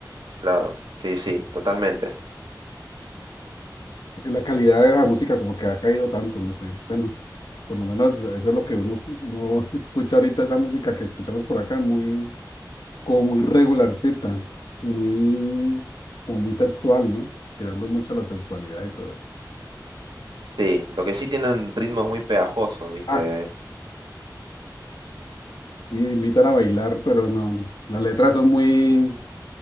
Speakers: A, on the right (about 85°); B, on the left (about 75°).
A: claro, sí, sí, totalmente.
B: Porque la calidad de la música como que ha caído tanto, no sé. Bueno, por lo menos eso es lo que uno, uno <laughs> escucha ahorita, esa música que escuchamos por acá, muy como muy regular regularcita, muy, como muy sexual, ¿no? Tirando mucho a la sensualidad y todo eso.
A: Sí, lo que sí tienen ritmos muy pegajosos, ¿viste?
B: Ah, sí, invitan a bailar, pero no, las letras son muy,